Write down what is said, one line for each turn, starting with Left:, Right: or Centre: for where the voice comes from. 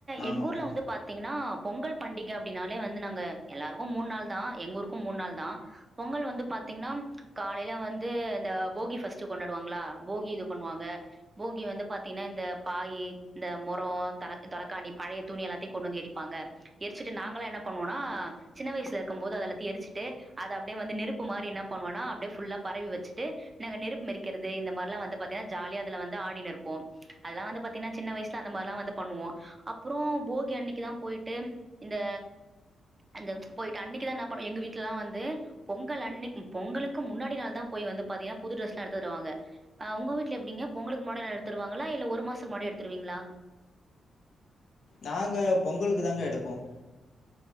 Left: ஆமாம்
Right: எங்க ஊர்ல வந்து பாத்தீங்கன்னா பொங்கல் பண்டிகை அப்படின்னாலே வந்து நாங்க எல்லாருக்கும் மூணு நாள் தான் எங்க ஊருக்கும் மூணு நாள் தான் பொங்கல் வந்து பாத்தீங்கன்னா காலையில வந்து இந்த போகி ஃபர்ஸ்ட் கொண்டாடுவாங்களா போகி இது பண்ணுவாங்க போகி வந்து பாத்தீங்கன்னா இந்த பாய் இந்த முரம் தலை தலைக்காணி பழைய துணி எல்லாத்தையும் கொண்டு வந்து எரிப்பாங்க எரிச்சுட்டு நாங்களாம் என்ன பண்ணுவோனா சின்ன வயசல இருக்கும் போது அதெல்லாத்தையும் எரிச்சிட்டு அத அப்படியே வந்து நெருப்பு மாதிரி என்ன பண்ணுவோனா அப்படியே ஃபுல்லா பரவி வச்சுட்டு நாங்க நெருப்பு மிதிக்கிறது இந்த மாதிரி எல்லாம் வந்து பாத்தீங்கன்னா ஜாலியா அதுல வந்து ஆடி நிப்போம் அதெல்லாம் வந்து பாத்தீங்கன்னா சின்ன வயசுல அந்த மாதிரிலாம் வந்து பண்ணுவோம் அப்புறம் போகி அன்னைக்குதான் போயிட்டு இந்த அங்க போயிட்டு அன்னைக்குதான் நான் எங்க வீட்டுல எல்லாம் வந்து பொங்கல் அன்னைக்கு தா பொங்கலக்கு முன்னாடி நாள் தான் போய் வந்து பாத்தீங்கன்னா புது டிரரெஸ் எல்லாம் எடுத்து வருவாங்க ஹ உங்க வீட்டுல எப்படிங்க பொங்களுக்கு முன்னாடி நாள் எடுத்துருவாங்களா ல்ல ஒரு மாசத்துக்கு முன்னாடி எடுத்துருவீங்களா
Left: நாங்க பொங்கலுக்கு தாங்க எடுப்போம்